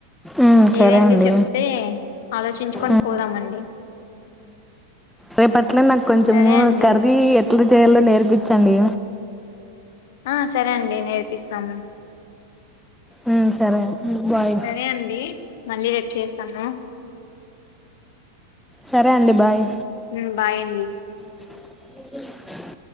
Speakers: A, in the centre; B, on the left (about 50°).
A: ఉమ్ సరే
B: ఏదండి
A: అండి
B: చెప్తే ఆలోచించుకొని
A: ఉమ్.
B: పోదామండి
A: రేప అట్ల నాకు కొంచెము
B: సరే అండి
A: కర్రీ ఎట్లా చేయాలో నేర్పించండి
B: ఆ సరే అండి నేర్పిస్తాము
A: ఉమ్, సరే బాయ్
B: సరే అండి మళ్ళీ రేపు చేస్తాము
A: సరే అండి బాయ్
B: మ్ బాయండి
A: ఇ